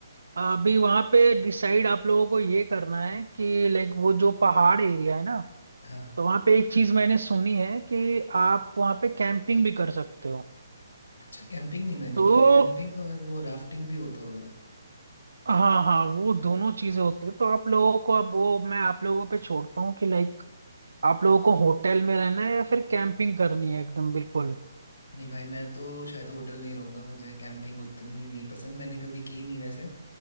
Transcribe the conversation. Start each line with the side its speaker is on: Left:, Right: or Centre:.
Right: अभी वहां पे डिसाइड आप लोगों को ये करना है कि लाइक वो जो पहाड़ एरिया है ना
Left: हाँ
Right: तो वहां पे एक चीज मैंने सुनी है कि आप वहां पे कैंपिंग भी कर सकते हो
Left: अच्छा कैंपिंग नहीं मैंने
Right: तो
Left: की कैंपिंग और वो राफ्टिंग भी होता होगा
Right: हाँ हाँ वो दोनों चीजें होती है तो आप लोगों को अब वो मैं आप लोगों पे छोड़ता हूँ कि लाइक आप लोगों को होटल में रहना है या फिर कैंपिंग करनी है एकदम बिल्कुल
Left: नहीं भाई मैं तो शायद होटल में ही रहूंगा मुझे कैंपिंग उतनी नहीं पसंद मैंने कभी की नहीं वैसे